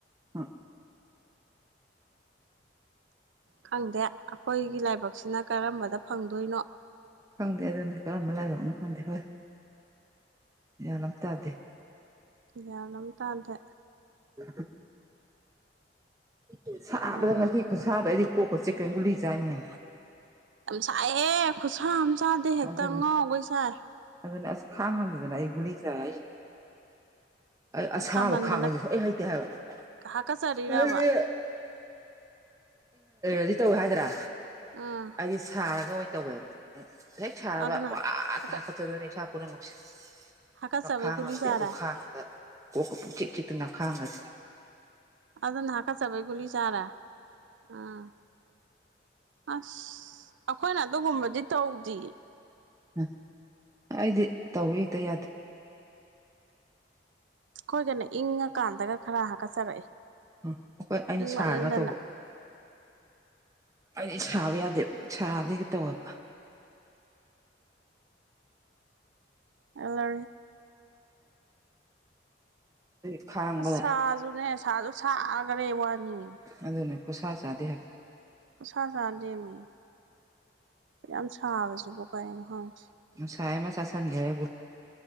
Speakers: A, on the right; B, on the right.
A: ꯑ
B: ꯈꯪꯗꯦ ꯑꯩꯈꯣꯏꯒꯤ ꯂꯥꯏꯕꯛ ꯁꯤꯅ ꯀꯔꯝꯕꯗ ꯐꯪꯗꯣꯏꯅꯣ
A: ꯈꯪꯗꯦ ꯑꯗꯨꯅ ꯀꯔꯝꯕ ꯂꯥꯏꯕꯛꯅꯣ ꯈꯪꯗꯦ ꯍꯣꯏ ꯌꯥ ꯑꯃ ꯇꯥꯗꯦ
B: ꯌꯥꯅ ꯀꯥꯥꯟꯗ
A: ꯎ ꯎꯝ ꯁꯥꯕꯗ
B: ꯂꯥꯏꯕꯛ
A: ꯉꯤ ꯈꯨ ꯁꯥꯗ ꯑꯩꯗꯤ ꯀꯣꯛ ꯆ ꯀꯦꯡꯪꯒꯨꯂꯤ ꯆꯥꯅꯤꯨ
B: ꯁꯥꯏꯍꯦ ꯈꯨꯁꯝ ꯆꯥꯗꯦ ꯍꯦꯛꯇ
A: ꯑꯗꯨꯅꯤ
B: ꯉꯥꯎꯈꯩ ꯁꯥꯏ
A: ꯑꯗꯨꯅ ꯑꯁ ꯈꯥꯡꯉꯝꯗꯨꯗꯅ ꯑꯩ ꯒꯨꯂꯤ ꯆꯥꯏ ꯑꯩ ꯑꯩ ꯑꯁꯥꯕ
B: ꯁꯥꯃꯟꯗꯅ
A: ꯈꯥꯡꯕꯗꯨ ꯁꯣꯛꯍ ꯍꯩꯇꯦ ꯍꯥꯏꯕꯗꯤ
B: ꯍꯥꯀꯠꯆꯔꯤꯔꯕ
A: ꯏꯗꯤ ꯇꯧ ꯍꯥꯏꯗ꯭ꯔꯥ
B: ꯎꯝ
A: ꯑꯩꯗꯤ ꯁꯥꯔꯒ ꯑꯣꯏꯅ ꯇꯧꯋꯦꯕ ꯅ ꯁꯕ
B: ꯑꯗꯨꯅ
A: ꯄ
B: ꯍꯥꯀꯠ
A: ꯇ ꯍꯥꯀ ꯆ ꯑꯗꯨꯅ ꯄꯨꯔꯥꯃꯁꯤ
B: ꯍꯥꯀꯠꯆꯕꯩ
A: ꯑꯗꯨ ꯈꯥꯡꯉꯝꯗꯦ
B: ꯒꯨꯂꯤ ꯆꯥꯔꯦ
A: ꯑꯗꯨ ꯈꯥꯡꯕꯗ ꯀ ꯀ ꯆꯠ ꯆꯛꯇ ꯅꯥꯈꯥꯒꯁꯦ
B: ꯑꯗꯨꯅ ꯍꯥꯀꯠꯆꯕꯩ ꯒꯨꯂꯤ ꯆꯥꯔꯦ ꯎꯝ ꯑꯁ ꯑꯩꯈꯣꯏꯅ ꯑꯗꯨꯒꯨꯝꯕꯗꯤ ꯇꯧ ꯇꯔꯤ
A: ꯎꯝ ꯑꯩꯗꯤ ꯇꯧꯋ ꯍꯦꯛꯇ ꯌꯥꯗꯦ
B: ꯀꯣꯏꯒꯅꯤ ꯏꯪ ꯀꯥꯟꯗꯒ ꯈꯔ ꯍꯥꯀꯠꯆꯔꯛꯏꯦ
A: ꯎꯝ ꯑꯩꯈꯣꯏ ꯑꯩꯅ
B: ꯏꯪꯃꯟꯗꯅ
A: ꯁꯥꯔꯒ ꯇꯧꯕ ꯑꯩꯗꯤ ꯁꯥꯕ ꯌꯥꯗꯦ ꯁꯥꯗꯤꯦꯒ ꯇꯧꯋꯦꯕ
B: ꯑꯂ
A: ꯎꯝ ꯈꯥꯡꯕꯗ
B: ꯁꯥꯖꯨꯅꯦ ꯁꯥꯖꯨ ꯁꯥ ꯔꯦ ꯋꯥꯅꯤꯁꯁ
A: ꯑꯗꯨꯅꯦ ꯈꯨꯠꯁꯥ ꯆꯥꯗꯦ ꯍꯥꯏꯕ
B: ꯦꯃꯤ ꯁꯨ ꯌꯥꯝ ꯁꯥꯕꯁꯤꯕꯣ ꯀꯩꯅꯣ ꯍꯪꯉꯦ
A: ꯑ ꯍꯥꯏꯥꯏꯃ ꯁꯥꯁꯟꯒꯔꯦꯒ